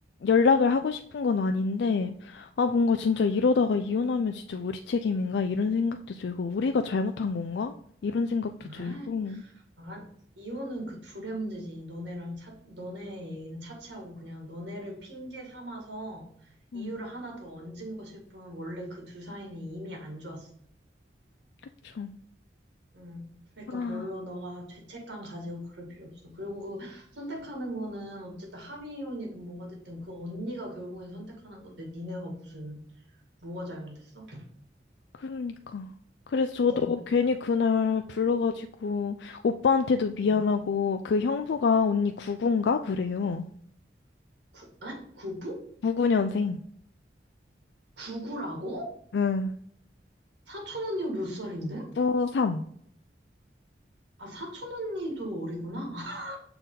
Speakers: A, on the left (about 70°); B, on the right (about 80°).
A: 연락을 하고 싶은 건 아닌데, 아, 뭔가 진짜 이러다가 이혼하면 진짜 우리 책임인가? 이런 생각도 들고, 우리가 잘못한 건가? 이런 생각도
B: 아,
A: 들고,
B: 아, 이혼은 그 둘의 문제지. 너네랑 차, 너네 얘기는 차치하고 그냥 너네를 핑계 삼아서 이유를
A: 음,
B: 하나 더 얹은 것일 뿐 원래 그 둘 사이는 이미 안 좋았어.
A: 그쵸.
B: 음, 그러니까
A: 아,
B: 별로 너가 죄책감 가지고 그럴 필요 없어. 그리고 그 선택하는 거는 어쨌든 합의혼이든 뭐가 됐든 그 언니가 결국엔 선택하는 건데 니네가 무슨 뭐가 잘못했어?
A: 그러니까. 그래서 저도
B: 응.
A: 괜히 그날 불러가지고, 오빠한테도 미안하고,
B: 응.
A: 그 형부가 언니 99인가? 그래요.
B: 구, 에? 구부?
A: 99년생.
B: 구구라고?
A: 응,
B: 사촌 언니가 몇 살인데?
A: 93.
B: 아, 사촌 언니도 어리구나. <laughs>